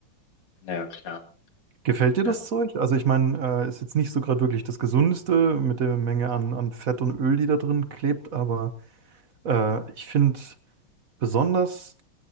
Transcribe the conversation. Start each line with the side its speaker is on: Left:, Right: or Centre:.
Left: Na ja, klar.
Right: Gefällt dir
Left: Ja.
Right: das Zeug? Also ich meine, äh, ist jetzt nicht so gerade wirklich das Gesundeste mit der Menge an, an Fett und Öl, die da drin klebt, aber äh, ich finde besonders